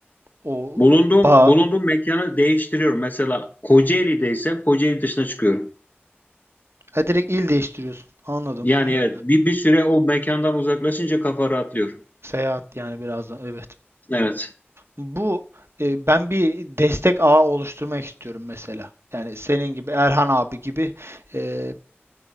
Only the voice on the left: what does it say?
Bulunduğum,
bulunduğum mekanı değiştiriyorum. Mesela Kocaeli'deysem Kocaeli dışına çıkıyorum.
Yani
evet bir, bir süre o mekandan uzaklaşınca kafa rahatlıyor.
Evet.